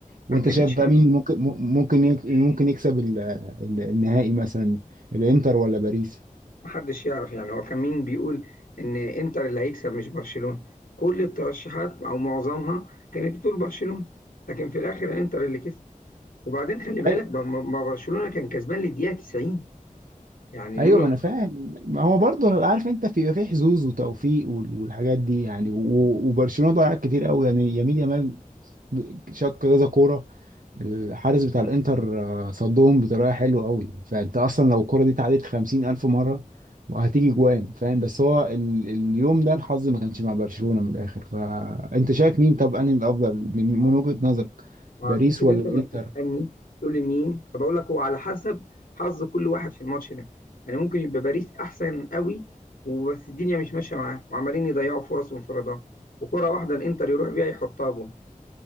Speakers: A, on the right; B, on the left.
A: وانت
B: ما كانتش
A: شايف بقى
B: ماشي
A: مين ممكن م- ممكن يك- ممكن يكسب ال- ال- النهائي مثلا الانتر ولا باريس
B: محدش يعرف يعني هو كان مين بيقول ان انتر اللي هيكسب مش برشلونة كل الترشحات او معظمها كانت بتقول برشلونة لكن في الاخر انتر اللي كسب وبعدين خلي بالك
A: أي-
B: ب- ب- برشلونة كان كسبان للدقيقة 90 يعني
A: ايوه
B: لولا
A: ما
B: الخ-
A: انا فاهم ما هو برضه عارف انت في في حظوظ وتوفيق وال- والحاجات دي يعني و- وبرشلونه ضيع كتير قوي يعني يمين يامال شق كذا كوره الحارس بتاع الانتر آه، صدهم بطريقه حلوه قوي فانت اصلا لو الكوره دي اتعادت خمسين الف مره وهتيجي جوان فاهم بس هو ال... اليوم ده الحظ ما كانش مع برشلونه من الاخر فانت شايف مين طب انهي الافضل من... من
B: ما هو
A: وجهه نظرك
B: عشان
A: باريس
B: كده
A: ولا
B: انت
A: الانتر
B: ما بتسألني تقول لي مين فبقول لك هو على حسب حظ كل واحد في الماتش ده يعني ممكن يبقى باريس احسن قوي وبس الدنيا مش ماشية معاه وعمالين يضيعوا فرص وانفرادات وكرة واحدة الانتر يروح بيها يحطها جون